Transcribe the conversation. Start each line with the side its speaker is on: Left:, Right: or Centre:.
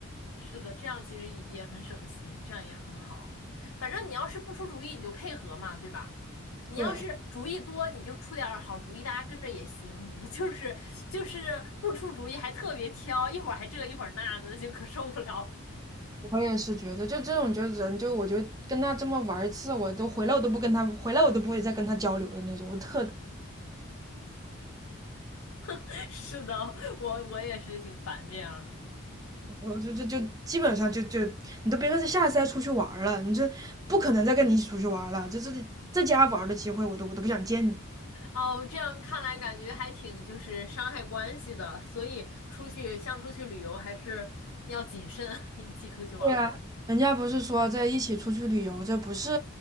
Left: 是的，这样其实也很省心，这样也很好。反正你要是不出主意，你就配合嘛，对吧？你要是主意多，
Right: 对，
Left: 你就出点儿好主意，大家跟着也行。<laughs> 就是就是不出主意还特别挑，一会儿还这一会儿那的，就可受不了了。
Right: 我也是觉得，就这种就是人就我就跟他这么玩一次，我都回来我都不跟他回来我都不会再跟他交流的那种，我特愁，
Left: <laughs> 是的，我我也是挺烦这样的。
Right: <laughs> 我就就就基本上就就你都别说这下次再出去玩儿了，你这不可能再跟你一起出去玩儿了，这这在家玩儿的机会我都我都不想见你。
Left: 哦，这样看来感觉还挺就是伤害关系的，所以出去像出去旅游还是要谨慎啊，<laughs> 一起出去玩儿，
Right: 对啊，
Left: 的，
Right: 人家不是说在一起出去旅游，这不是